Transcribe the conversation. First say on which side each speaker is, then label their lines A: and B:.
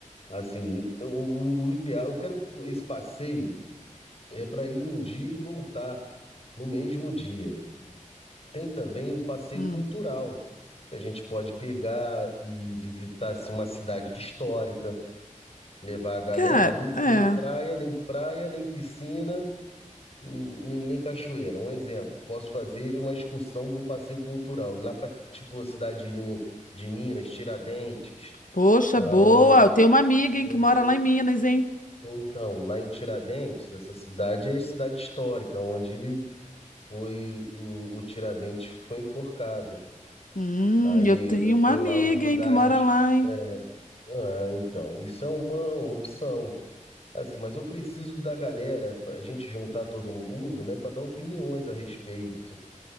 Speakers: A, on the left; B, on the left.
A: Assim, o, o ideal, eu quero esse passeio é para ir num dia e voltar no mesmo dia. Tem também o passeio
B: hum.
A: cultural, que a gente pode pegar e visitar assim, uma cidade histórica, levar a galera,
B: Cara,
A: não,
B: é.
A: nem praia, nem praia, nem piscina nem nem cachoeira. Um exemplo, posso fazer uma excursão de um passeio cultural, ir lá para, tipo, a cidade no- de Minas, Tiradentes,
B: Poxa,
A: aonde,
B: boa. Eu tenho uma
A: né,
B: amiga,
A: aonde...
B: hein, que mora lá em Minas, hein?
A: Então, lá em Tiradentes, essa cidade é cidade histórica, onde foi o, o Tiradentes foi enforcado.
B: Hum,
A: Aí
B: eu tenho
A: eh,
B: uma
A: tem
B: amiga,
A: lá os lugares.
B: hein, que mora lá, hein?
A: é, Ah, então, isso é uma opção. Assim, mas eu preciso da galera, pra gente juntar todo mundo, né, para dar opiniões a respeito.